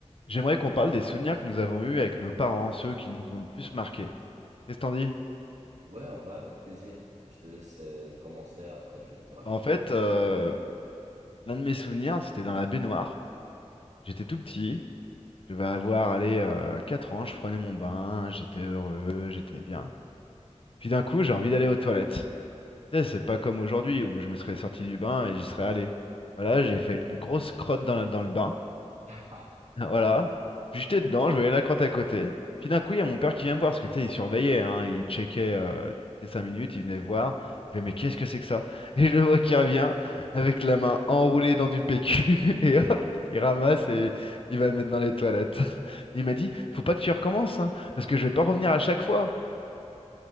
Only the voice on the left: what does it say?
J'aimerais qu'on parle des souvenirs que nous avons eus avec nos parents, ceux qui nous ont le plus marqués. Qu'est-ce que t'en dis?
Bah, En fait,
euh,
l'un de mes souvenirs, c'était dans la baignoire. J'étais tout petit, je devais avoir allez, euh, 4 ans, je prenais mon bain, j'étais heureux, j'étais bien. Puis d'un coup, j'ai envie d'aller aux toilettes. Tu sais, c'est pas comme aujourd'hui où je me serais sorti du bain et j'y serais allé. Voilà, j'ai fait une grosse crotte dans la- dans le bain.
<laughs> Voilà. Puis j'étais dedans, je voyais la crotte à côté. Puis d'un coup, il y a mon père qui vient me voir, parce que tu sais, il surveillait, hein, il checkait euh, toutes les cinq minutes, il venait voir. Il fait, mais qu'est-ce que c'est que ça? <laughs> Et je le vois qui revient avec la main enroulée dans du PQ, <laughs> et hop, il ramasse et il va le mettre dans les toilettes. <laughs> Il m'a dit, faut pas que tu recommences, hein, parce que je vais pas revenir à chaque fois.